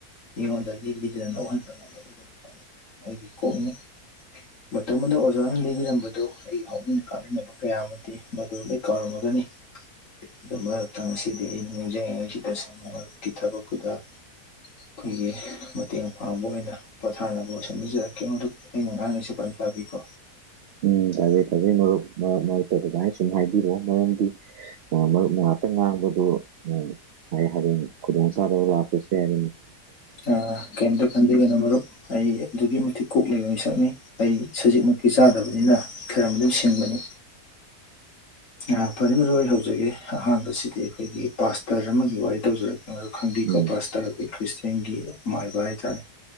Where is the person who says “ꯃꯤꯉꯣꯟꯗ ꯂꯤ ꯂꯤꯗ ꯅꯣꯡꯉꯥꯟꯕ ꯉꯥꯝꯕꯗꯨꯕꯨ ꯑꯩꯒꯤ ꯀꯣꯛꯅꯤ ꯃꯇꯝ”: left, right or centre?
Left